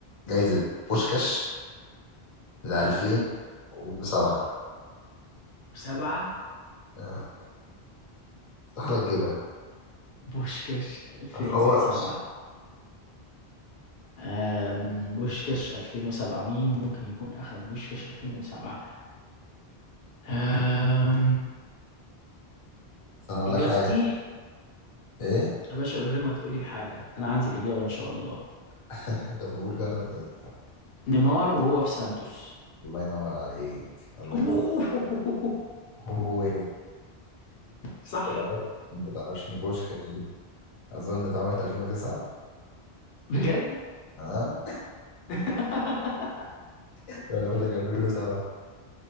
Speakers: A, on the left (about 35°); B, on the left (about 70°).
A: جايزة بوشكاش ل 2007
B: آه، لا. وسبعة
A: آه، استحالة تجيبها
B: بوشكاش 2007
A: ما تحورش
B: أم، بوشكاش 2007 مين ممكن يكون أخذ بوشكاش 2007 أم،
A: بس انا اقول
B: إجابتي
A: لك حاجة ايه
B: يا باشا من غير ما تقول لي حاجة أنا عندي الإجابة إن شاء الله
A: <laughs> انت بقول جرب كده
B: نيمار وهو في سانتوس
A: الله ينور عليك الله
B: <laughs>
A: ينور هو ايه
B: صح
A: انت تعرف انت تعرفش ان بوشكاش دي اظن اتعملت 2009
B: بجد
A: ها
B: <laughs>
A: انا بقول لك 2007